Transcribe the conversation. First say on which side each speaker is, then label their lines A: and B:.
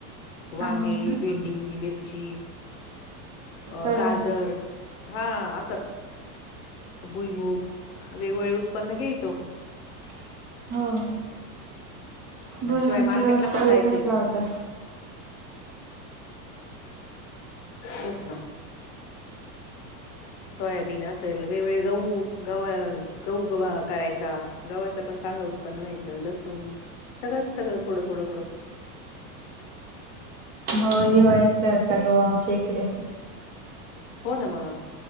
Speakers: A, on the left; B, on the right.
A: वांगे,
B: हो ना
A: भेंडी, मिरची अ
B: सर्व
A: गाजर हा असं भुईमग वेगवेगळे उत्पन्न घ्यायचो.
B: हो, हो, बोल
A: आणि शिवाय
B: मग
A: मार्केटला पण जायचे.
B: <unintelligible> <inaudible>
A: तेच ना. सोयाबीन असेल, वेगवेगळे गहू गवा गहू गवा करायचा, गव्हाच पण चांगलं उत्पन्न व्हायचं, लसू न सगळंच सगळं थोडं, थोडं, थोडं.
B: हो <unintelligible> करता गहू आमच्या इकडे.
A: हो ना मग,